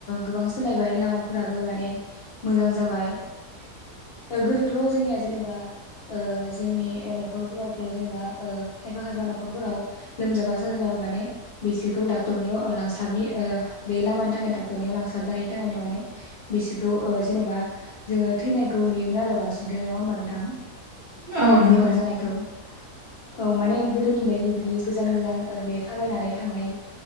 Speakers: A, on the left (about 70°); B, on the right (about 40°).
A: गोबां सोलायबाय लामाफोराबो माने मोजां जाबाय
B: <inaudible>
A: गोदोथ' जोंनिया जेनेबा जोंनि न'खरफोरावथ' जेनेबा खायफा खायफा न'खरफोराव लोमजाबा साजाबा माने बिसोरखौ डक्टरनियाव लांस्लाबनि बे लामानि थाखायनो डाक्टरनियाव लांस्लाबनो हायिनि थाखायनो माने बिसोरखौ जेनेबा जोङो थैनायखौ नुयोमोन आरो बांसिनखौ नङा होमबा नोंथां
B: औ नंगौ
A: बेमार जानायखौ औ माने गोदोनि बायदि बिदि गोजान गोजान बे थाबायनानै थांनाय